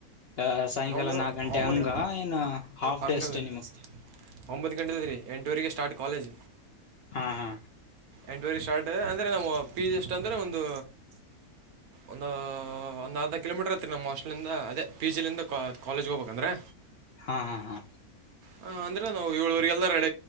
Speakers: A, on the left; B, on the right.
A: ಅ ಸಾಯಂಕಾಲ
B: ನಾವೊಂದು
A: ನಾಕ್ು ಗಂಟೆ
B: ಒಂಬತ್ತು
A: ಹಂಗ ಏನು ಹಾಫ್
B: ಹಂಗಲ್ಲ
A: ಡೇ ಅಷ್ಟೇ ನಿಮಕ್
B: ರೀ, ಒಂಬತ್ತು ಗಂಟೆ ರೀ ಎಂಟೂಊರಿಗೆ ಸ್ಟ್ ಕಾಲೇಜ್
A: ಹಾ ಹಾ
B: ಎಂಟುವರೆ ಸ್ಟಾರ್ಟ್ ಅದೆ ಅಂದ್ರೆ ನಮ್ಮ ಪಿ ಜಿ ಅಷ್ಟ ಅಂದ್ರೆ ಒಂದು ಒಂದು ಒಂದು ಅರ್ನು ಕಿಲೋಮೀಟರ್ ಐತ್ರಿ ನಮ್ಮ ಹಾಸ್ಟೆಲ್ಿಂದ ಅದೇ ಪಿ ಜಿಲಿಂದ ಕಾಲೇಜ್ಗೆ ಹೋಗ್ಬೇಕಂದ್ರೆ
A: ಹಾ ಹಾ ಹಾ.
B: ಹ ಅಂದ್ರೆ ನಾವು ಏಳುವರಿಗೆಲ್ಲ ರೆಡ